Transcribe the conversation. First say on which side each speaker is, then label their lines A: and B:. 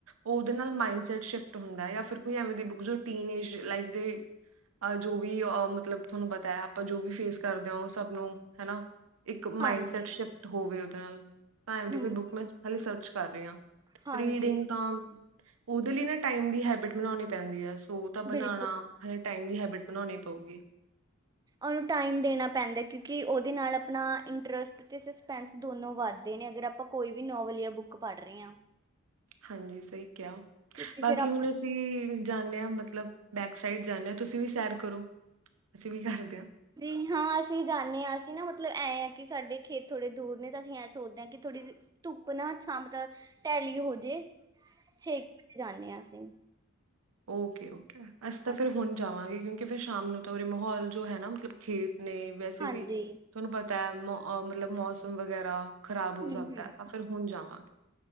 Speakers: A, on the right; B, on the right.
A: ਉਦੇ ਨਾਲ ਮਾਇਡ ਸਟ ਹੁੰਦਾ ਆ ਜਾਂ ਫਿਰ ਕੋਈ ਐਵੇਂ ਦੀ ਬੁੱਕ ਜੋ ਟੀਨ ਏਜ ਲਾਈਫ ਦੇ ਅ ਜੋ ਵੀ ਅ ਮਤਲਬ ਤੁਹਾਨੂੰ ਪਤਾ ਐ ਆ ਪਾਂ ਜੋ ਵੀ ਫੇਸ ਕਰਦੇ ਆ ਓ ਸਭ ਨੂੰ ਹੈਨਾ ਇੱਕ
B: ਹਾਂਜੀ
A: ਮਾਇੰਡਸੈਟ ਸ਼ਿਫਟ ਹੋਵੇ ਉਦੇ ਨਾਲ। ਭੈਣ
B: ਹੂੰ
A: ਦੀ ਕੋਈ ਬੁੱਕ ਮੈਂ ਹਾਲੇ ਸਰਚ ਕਰ ਰੀ ਆ,
B: ਹਾਂਜੀ
A: ਰੀਡਿੰਗ ਤਾਂ ਉਦੇ ਲਈ ਨਾ ਟਾਈਮ ਦੀ ਹੈਬਿਟ ਬਣਾਉਣੀ ਪੈਂਦੀ ਐ ਸੋ ਓ ਤਾਂ ਬਣਾਉਣਾ
B: ਬਿਲਕੁਲ
A: ਹਜੇ ਟਾਈਮ ਦੀ ਹੈਬਿਟ ਬਣਾਉਣੀ ਪਊਗੀ।
B: ਉਨੂੰ ਟਾਈਮ ਦੇਨਾ ਪੈਂਦਾ ਕਿਉਂਕਿ ਉਦੇ ਨਾਲ ਆਪਨਾ ਇੰਨਟਰਸ ਟ 'ਤੇ ਸਸਪੈਂਸ ਦੋਨੋ ਵੱਧਦੇ ਨੇ ਅਗਰ ਆਪਾਂ ਕੋਈ ਵੀ ਨੋਵਲ ਜਾਂ ਬੁੱਕ ਪੜ ਰੇ ਆ।
A: ਹਾਂਜੀ ਸਈ ਕੇਆ
B: ਕਿਉਂਕਿ
A: ਬਾਕੀ
B: ਫਿਰ ਆਪਾਂ
A: ਹੁਣ ਅ ਸੀਂ ਜਾਂਨੇ ਆ ਮਤਲਬ ਬੈਕ ਸਾਈਡ ਜਾਂਨੇ ਆ ਤੁਸੀਂ ਵੀ ਸੈਰ ਕਰੋ, ਅਸੀਂ ਵੀ ਕਰਦੇ ਆ।
B: ਜੀ ਹਾਂ ਅਸੀਂ ਜਾਂਨੇ ਆ ਅਸੀਂ ਨਾ ਮਤਲਬ ਐਂ ਆ ਕਿ ਸਾਡੇ ਖੇਤ ਥੋੜੇ ਦੂਰ ਨੇ ਤਾਂ ਅਸੀਂ ਐਂ ਸੋਚਦੇ ਆ ਕਿ ਥੋੜੀ ਧੁੱਪ ਨਾ ਛਾਂ ਮਤਲ ਟੈਲੀ ਹੋਜੇ, ਛੇ ਜਾਂਨੇ ਆ ਅਸੀਂ।
A: ਓਕੇ-ਓਕੇ ਅਸੀਂ ਤਾਂ
B: ਹਾਂ-
A: ਫੇਰ ਹੁਣ ਜਾਵਾਂਗੇ ਕਿਉਂ ਕਿ ਫੇਰ ਸ਼ਾਮ ਨੂੰ ਤਾਂ ਉਰੇ ਮਾਹੌਲ ਜੋ ਹੈ ਨਾ ਮਤਲਬ ਖੇਤ ਨੇ ਵੈਸੇ
B: ਹਾਂਜੀ
A: ਵੀ ਤੁਹਾਨੂੰ ਪਤਾ ਐ ਮੌ ਅ ਮਤਲਬ ਮੌਸਮ ਵਗੈਰਾ ਖ਼ਰਾਬ ਹੋ
B: ਹੂੰ
A: ਜਾਂਦੈ
B: ਹੂੰ
A: ਤਾਂ ਫੇਰ ਹੁਣ ਜਾਵਾਂਗੇ।